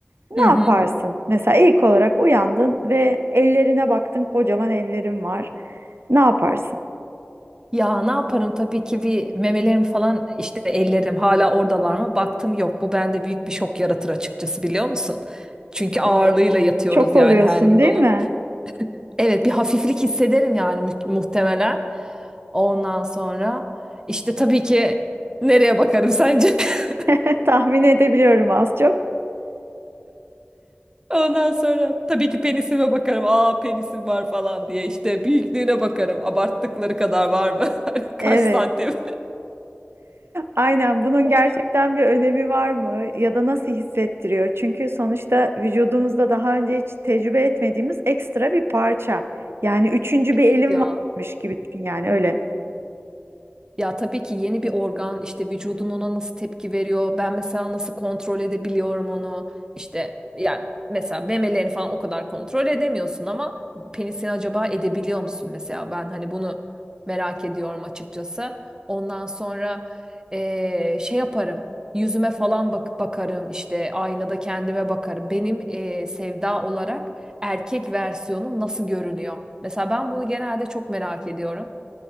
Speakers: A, on the right (about 80°); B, on the right (about 20°).
A: Ne
B: hı hı.
A: yaparsın? Mesela ilk olarak uyandın ve ellerine baktın, kocaman ellerin var. Ne yaparsın?
B: Ya ne yaparım tabii ki bir memelerim falan işte ellerim hala oradalar mı? Baktım yok bu bende büyük bir şok yaratır açıkçası biliyor musun? Çünkü ağırlığıyla
A: Evet.
B: yatıyoruz
A: Şok
B: yani
A: oluyorsun,
B: her gün
A: değil
B: onun.
A: mi?
B: Evet bir hafiflik hissederim yani mu- muhtemelen. Ondan sonra işte tabii ki nereye bakarım sence? <laughs>
A: <laughs> Tahmin edebiliyorum az çok.
B: Ondan sonra tabii ki penisime bakarım. Aa penisim var falan diye işte büyüklüğüne bakarım. Abarttıkları kadar var mı? <laughs> Hani Kaç
A: Evet.
B: santim?
A: Aynen bunun
B: <laughs>
A: gerçekten bir önemi var mı ya da nasıl hissettiriyor? Çünkü sonuçta vücudumuzda daha önce hiç tecrübe etmediğimiz ekstra bir parça. Yani üçüncü
B: Evet
A: bir elim
B: ya.
A: varmış gibi düşün yani öyle.
B: Ya tabii ki yeni bir organ işte vücudun ona nasıl tepki veriyor. Ben mesela nasıl kontrol edebiliyorum onu. işte yani mesela memelerini falan o kadar kontrol edemiyorsun ama penisini acaba edebiliyor musun mesela? Ben hani bunu merak ediyorum açıkçası. Ondan sonra eee, şey yaparım. Yüzüme falan bak bakarım işte aynada kendime bakarım. Benim eee, sevda olarak erkek versiyonum nasıl görünüyor? Mesela ben bunu genelde çok merak ediyorum.